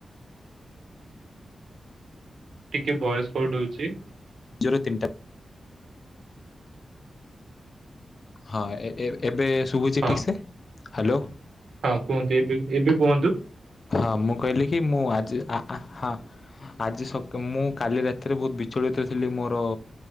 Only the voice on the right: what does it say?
ଟିକେ ଭଏସ କଟ୍ ହେଉଛି।
ହଁ।
ହଁ କୁହନ୍ତୁ ଏବେ ଏବେ କୁହନ୍ତୁ